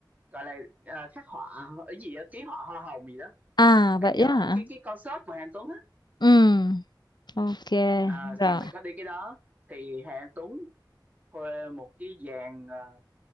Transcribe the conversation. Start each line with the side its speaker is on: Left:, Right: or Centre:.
Right: gọi là à, khắc họa ở gì đó, ký họa hoa hồng gì đó
Left: À,
Right: bạn
Left: vậy
Right: nhớ
Left: á hả?
Right: cái cái concert của Hà Tuấn á
Left: Ừ. Ok,
Right: Ờ,
Left: rồi.
Right: thì mình có đi cái đó thì Hà Tuấn thuê một cái dàn ờ,